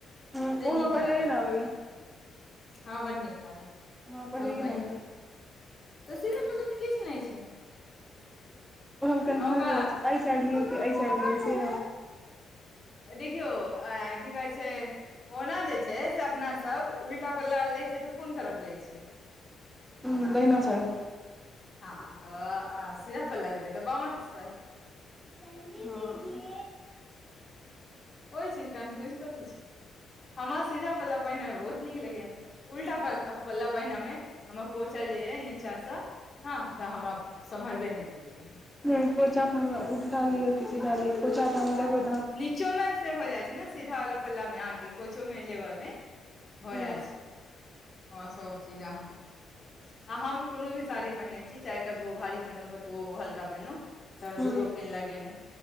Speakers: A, in the centre; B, on the left.
A: हूँ ओ
B: से नीक
A: हमरा
B: लागैत
A: पहिलैए नहि आबैए
B: छै हँ बऽ नीक लागत छै।
A: हमरा पहिलैए
B: हम पहिन
A: नहि आबैए
B: तऽ सीघा पल्ल मे किछु नहि छै।
A: ओ हम
B: आ
A: कन्फ्यूज
B: ओकरा
A: हो छै एहि साइड लियो कि एहि साइड लियो से।
B: देखियौ आय की कहै छै। ओना जे छै से अपना सब उल्टा पला लै छिय तऽ कोन तरफ लै छियै।
A: हऽ दहिना साइड
B: हँ तऽ सीधा पला लऽ लेबै तऽ बामा साइड
A: हँ।
B: ओ चीज कन्फ्यूज कथी। हमरा सीधा पल्ला पहिननेमे बहुत नीक लगैयन। उल्टा पल्ला पहिनमे हमर कोचा जे यऽ नीचाँ सा। हँ तऽ हमरा सम्हरबे नहि केलकै।
A: नहि कोचा तऽ उल्टा लियऔ कि सिधा लियो कोचा तऽ हमर देखबे
B: नीचोमे से भऽ जाइत छै ने सीधाावला पल्लामे अहाँके कोचोमे लेबयमे। भऽ
A: हूँ
B: जाइ छै आओर सभचीज अहाँ। आ हम कोनो भी साड़ी पहिनैैत छी चाहे कतबो भारी पहिनू कतबो हल्का पहिनू। तऽ
A: हूँ
B: दूगो पिन लगेलहुँ